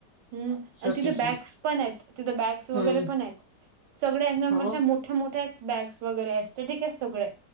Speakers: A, on the right; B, on the left.
A: हम्म आणि
B: छोटीशी
A: तिथे बॅगस पणेत तिथे बॅग्स वगैरे
B: हम्म
A: पणेत सगळ्या नरश
B: हो
A: मोठ्या मोठ्या बॅग्स वगैरे असत ठीके सगळे